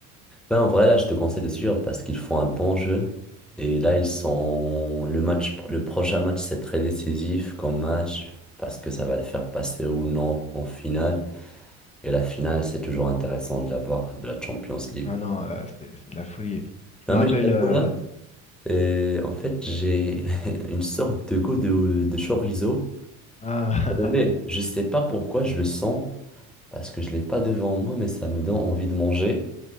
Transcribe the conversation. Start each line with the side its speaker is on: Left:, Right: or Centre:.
Centre: Ouais, en vrai, là, je te conseille de suivre parce qu'ils font un bon jeu. Et là, ils sont. Le match, le prochain match, c'est très décisif comme match parce que ça va les faire passer ou non en finale. Et la finale, c'est toujours intéressant de la voir de la Champions League.
Left: Ah non, là, c'est c'est de la folie. Je
Centre: Non,
Left: me rappelle.
Centre: mais je t'avoue
Left: euh,
Centre: là, euh, en fait, j'ai <laughs> une sorte de goût de, de chorizo.
Left: Ah,
Centre: Mais je sais pas pourquoi je le sens. parce que je l'ai pas devant moi, mais ça me donne envie de manger.